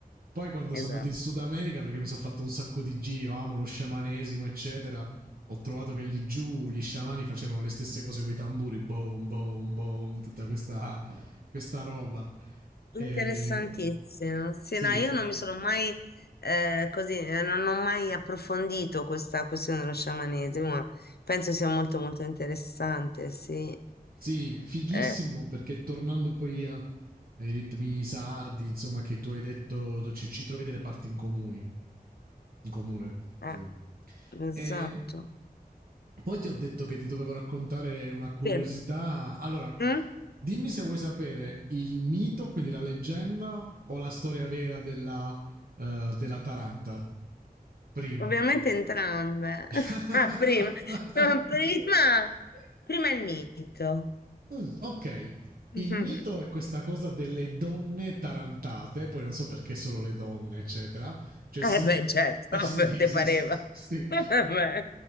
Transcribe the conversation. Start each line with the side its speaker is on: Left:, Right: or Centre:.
Right: Poi quando
Left: Esatto.
Right: sono andato in Sud America, perché mi sono fatto un sacco di giri, io amo lo sciamanesimo, eccetera, ho trovato che lì giù gli sciamani facevano le stesse cose con i tamburi, boom, boom, boom, tutta questa, questa roba.
Left: Interessantissimo.
Right: E,
Left: Sì,
Right: sì,
Left: no, io non mi sono mai eh, così, eh, non ho mai approfondito questa questione dello sciamanesimo, ma penso sia molto molto interessante, sì.
Right: Sì, fighissimo
Left: Eh,
Right: perché tornando poi a- ai ritmi sardi, insomma, che tu hai detto, do- ci, ci trovi delle parti in comuni. In comune,
Left: eh,
Right: sì.
Left: esatto.
Right: E poi ti ho detto che ti dovevo raccontare una curiosità.
Left: Sì.
Right: Allora,
Left: Mm?
Right: dimmi se vuoi sapere il mito, quindi la leggenda o la storia vera della, eh, della Taranta. Prima.
Left: Ovviamente entrambe.
Right: <laughs>
Left: <laughs> Ah, prima, <laughs> prima, prima il mito.
Right: Mh, okay. Il
Left: <laughs>
Right: mito è questa cosa delle donne tarantate, poi non so perché solo le donne, eccetera. Cioè si
Left: Mhm. Eh
Right: <laughs> di
Left: beh, certo, <laughs>
Right: sì,
Left: ti
Right: sì,
Left: pareva.
Right: sì, sì.
Left: <laughs> Vabbè.